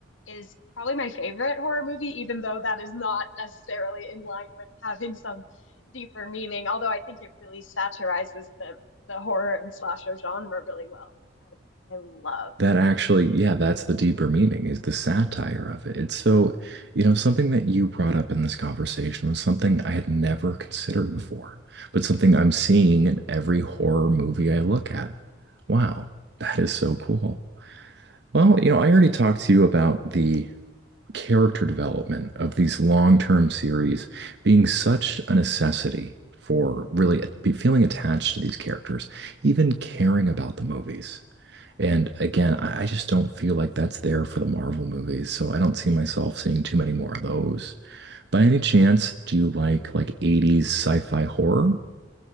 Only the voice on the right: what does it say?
That actually,
yeah, that's the deeper meaning is the satire of it. It's so, you know, something that you brought up in this conversation was something I had never considered before, but something I'm seeing in every horror movie I look at. Wow, that is so cool. Well, you know, I already talked to you about the character development of these long-term series being such a necessity for really be feeling attached to these characters, even caring about the movies. And again, I, I just don't feel like that's there for the Marvel movies, so I don't see myself seeing too many more of those. By any chance, do you like like 80s sci-fi horror?